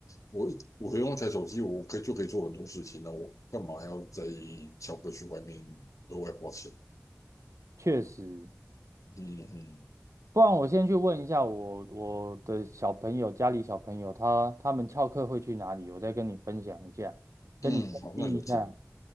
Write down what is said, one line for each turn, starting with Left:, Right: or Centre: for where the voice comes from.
Left: 我我用一台手机，我可以就可以做很多事情了，我干嘛要在翘课去外面额外花钱？
Right: 确实。
Left: 嗯嗯
Right: 不然我先去问一下我我的小朋友，家里小朋友他他们翘课会去哪里，我再跟你分享一下，跟你更新一下。
Left: 嗯，好，那有机